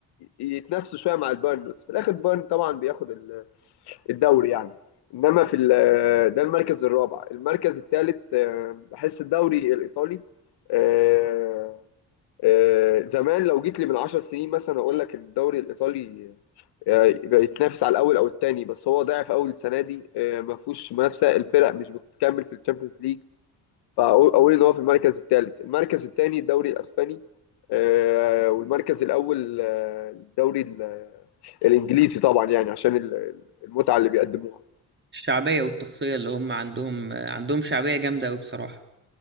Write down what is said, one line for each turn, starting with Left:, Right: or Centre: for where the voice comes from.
Left: يتنافسوا شويه مع البايرن بس في الاخر بايرن طبعا بياخد ال- الدوري يعني انما في ال- ده المركز الرابع المركز الثالث بحس الدوري الايطالي آه، آه، زمان لو جيت لي من 10 سنين مثلا اقول لك ان الدوري الايطالي يبقى يتنافس على الاول او الثاني بس هو ضعف اول السنه دي آه، ما فيهوش منافسه الفرق مش بتكمل في الشامبيونز ليج فاقول أقول ان هو في المركز الثالث المركز الثاني الدوري الاسباني آه، والمركز الاول آه، الدوري ال- الانجليزي طبعا يعني عشان ال- المتعه اللي بيقدموها
Right: الشعبيه والتغطيه اللي هم عندهم آه، عندهم شعبيه جامده قوي بصراحه